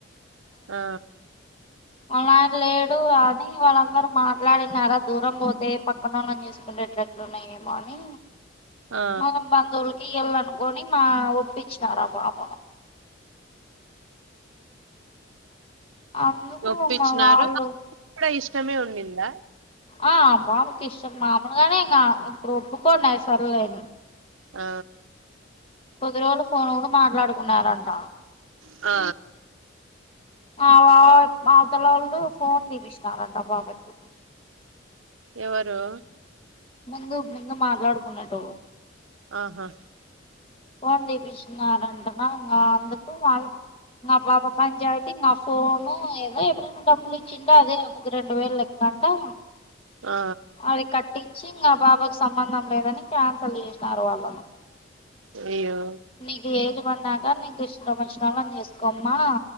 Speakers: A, on the right (about 85°); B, on the left (about 30°).
A: ఆ
B: అలా అని లేడు అని వాళ్ళంత్ అందరూ మాట్లాడినారా దూరం పోతే పక్కనోళ్ళనీ చూసుకునేేటలట్లున్నాయేమో అని
A: ఆ
B: మన బంధువులకి వెళ్ళనుకొని మా ఒప్పించినారు ఆ బాబును అందుకున్నా
A: ఒప్పించినారు
B: వాళ్ళు
A: కూడా ఇష్టమే ఉండిందా
B: ఆ బాబుకిష్టం మామలుగానే ఇంకా ఇప్పుడు ఒప్పుకో సర్లేని
A: ఆ
B: కొద్ది రోజులు ఫోన్ కూడా మాట్లాడుకున్నారంట
A: ఆ
B: మా మా అవతల వాళ్ళు ఫోన్ తీపిచినారంట బాబయి కి
A: ఎవరు
B: ముందు ముందు మాట్లాడుకున్నట్టు
A: ఆహా
B: ఫోన్ తీపించినారంట అ ఇంగ అందుకు వాళ్ళు మా పాప పంచాయత్ మా ఫోను ఏదో ఎప్పుడు డబ్బులు ఇచ్చిండు అదే అందుకు రెండు వేలు లెక్కడా
A: ఆ
B: అది కట్టించి ఇంకా బాబాయి కి సంబంధం లేదని క్యాన్సల్ చేసినారు వాళ్లు
A: అయ్యో
B: నీకు ఏజ పడిన్నాక నీకు ఇష్టామచినవాళ్ళని చేసుకోమ్మా